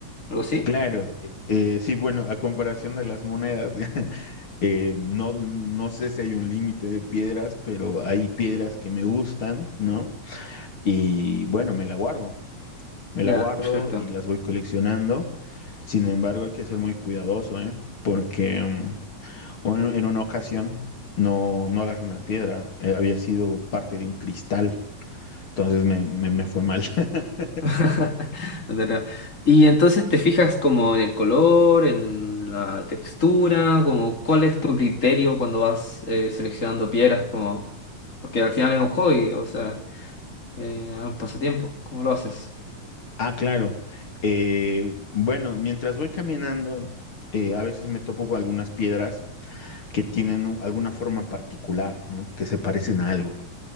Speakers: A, on the left (about 20°); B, on the left (about 40°).
A: ¿Algo así?
B: Claro, eh, eh, sí, bueno, a comparación de las monedas, <laughs> eh, no, no sé si hay un límite de piedras, pero hay piedras que me gustan, ¿no? Y bueno, me la guardo, me
A: Ya,
B: la guardo
A: perfecto.
B: y las voy coleccionando. Sin embargo, hay que ser muy cuidadoso, ¿eh? Porque... mm, O en, en una ocasión no, no agarré una piedra, eh, había sido parte de un cristal, entonces me, me- me fue mal. <laughs>
A: <laughs> No te creo. Y entonces te fijas como en el color, en la textura, como cuál es tu criterio cuando vas eh, seleccionando piedras, como porque al final es un hobby, o sea, eh, un pasatiempo. ¿Cómo lo haces?
B: Ah, claro. Eh, bueno, mientras voy caminando, eh, a veces me topo con algunas piedras que tienen un- alguna forma particular, ¿no? Que se parecen a algo.